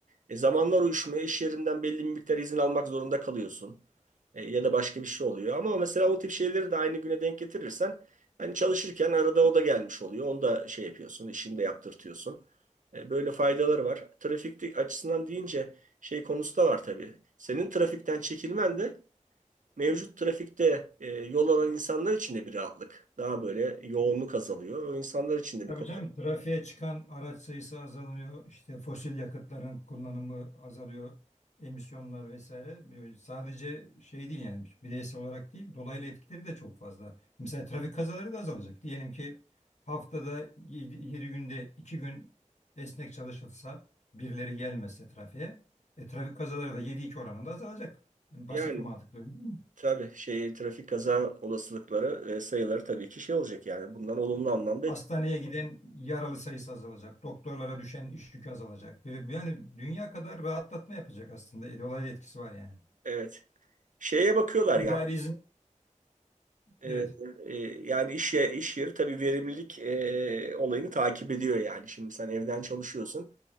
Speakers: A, on the right; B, on the left.
A: E, zamanlar uyuşmuyor. İş yerinden belli bir miktar izin almak zorunda kalıyorsun. E, ya da başka bir şey oluyor. Ama mesela o tip şeyleri de aynı güne denk getirirsen hani çalışırken arada o da gelmiş oluyor. Onu da şey yapıyorsun, işini de yaptırtıyorsun. E, böyle faydaları var. Trafik açısından deyince şey konusu da var tabii. Senin trafikten çekilmen de mevcut trafikte e, yol alan insanlar için de bir rahatlık. Daha böyle yoğunluk azalıyor. O insanlar için de
B: Tabii
A: bir kolaylık.
B: canım trafiğe çıkan araç sayısı azalıyor. işte fosil yakıtların kullanımı azalıyor. Emisyonlar vesaire. Böyle Sadece şey değil yani bireysel olarak değil dolaylı etkileri de çok fazla. Mesela trafik kazaları da azalacak. Diyelim ki haftada 7 günde 2 gün esnek çalışılsa birileri gelmezse trafiğe e, trafik kazaları da yedi iki oranında azalacak. Yani
A: Yani
B: basit bir mantıkla öyle değil mi?
A: tabii şey trafik kaza olasılıkları e, sayıları tabii ki şey olacak yani. Bunlar olumlu anlamda
B: Hastaneye
A: etki.
B: giden yaralı sayısı azalacak. Doktorlara düşen iş yükü azalacak. Ve Yani dünya kadar rahatlatma yapacak aslında. E, Dolaylı etkisi var yani.
A: Evet. Şeye bakıyorlar
B: İdari
A: ya.
B: izin,
A: e,
B: evet.
A: e, yani iş, ye- iş yeri tabii verimlilik e, olayını takip ediyor yani. Şimdi sen evden çalışıyorsun.